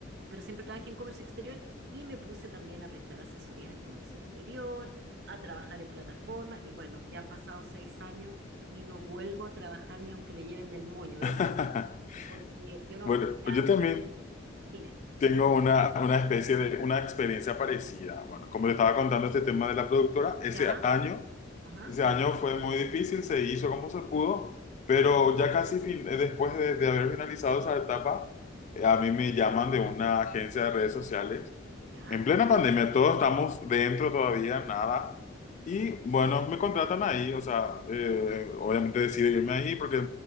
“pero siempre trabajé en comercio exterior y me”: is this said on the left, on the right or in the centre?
Right